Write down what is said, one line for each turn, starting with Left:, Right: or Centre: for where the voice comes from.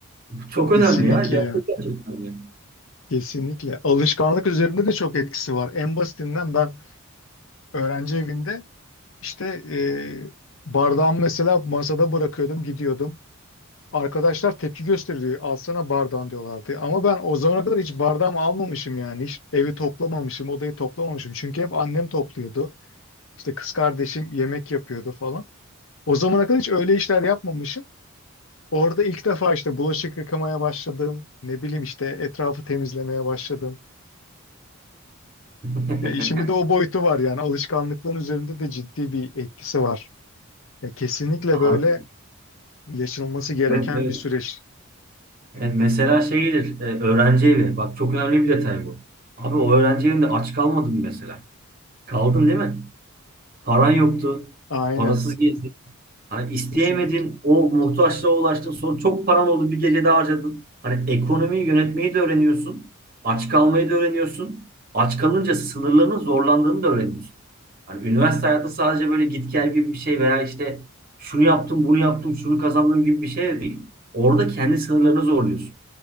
Right: Çok önemli
Left: Kesinlikle
Right: ya. Gerçekten
Left: ya.
Right: çok önemli.
Left: Kesinlikle. Alışkanlık üzerinde de çok etkisi var. En basitinden ben öğrenci evinde işte e, bardağımı mesela masada bırakıyordum, gidiyordum. Arkadaşlar tepki gösteriyor. Alsana bardağın diyorlardı. Ama ben o zamana kadar hiç bardağımı almamışım yani. Hiç evi toplamamışım, odayı toplamamışım. Çünkü hep annem topluyordu. İşte kız kardeşim yemek yapıyordu falan. O zamana kadar hiç öyle işler yapmamışım. Orada ilk defa işte bulaşık yıkamaya başladım. Ne bileyim işte etrafı temizlemeye başladım.
Right: <laughs>
Left: Ya işimi de o boyutu var yani. Alışkanlıkların üzerinde de ciddi bir etkisi var. Ya kesinlikle
Right: Abi,
Left: böyle yaşanılması gereken
Right: evet, evet.
Left: bir süreç.
Right: E, mesela şeydir, e, öğrenci evi. Bak çok önemli bir detay bu. Abi o öğrenci evinde aç kalmadın mı mesela? Kaldın değil mi? Paran yoktu.
Left: Aynen.
Right: Parasız gezdin. Hani isteyemedin,
Left: Kesinlikle.
Right: o muhtaçlığa ulaştın, sonra çok paran oldu bir gecede harcadın. Hani ekonomiyi yönetmeyi de öğreniyorsun, aç kalmayı da öğreniyorsun. Aç kalınca sınırlarının zorlandığını da öğreniyorsun. Hani üniversite hayatı sadece böyle git gel gibi bir şey veya işte şunu yaptım, bunu yaptım, şunu kazandım gibi bir şey de değil. Orada kendi sınırlarını zorluyorsun.